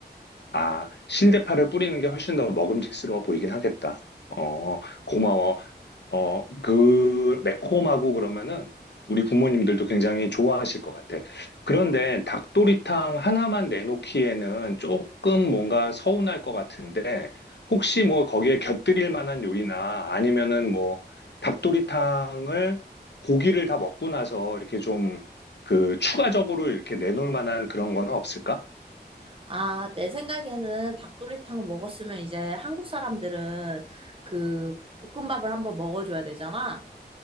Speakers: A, on the left; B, on the right.
A: 아, 신대파를 뿌리는 게 훨씬 더 먹음직스러워 보이긴 하겠다. 어, 고마워. 어, 그 매콤하고 그러면은 우리 부모님들도 굉장히 좋아하실 것 같아. 그런데 닭도리탕 하나만 내놓기에는 조금 뭔가 서운할 것 같은데 혹시 뭐 거기에 곁들일 만한 요리나 아니면은 뭐 닭도리탕을 고기를 다 먹고 나서 이렇게 좀 그 추가적으로 이렇게 내놓을 만한 그런 거는 없을까?
B: 아, 내 생각에는 닭도리탕 먹었으면 이제 한국 사람들은 그 볶음밥을 한번 먹어줘야 되잖아.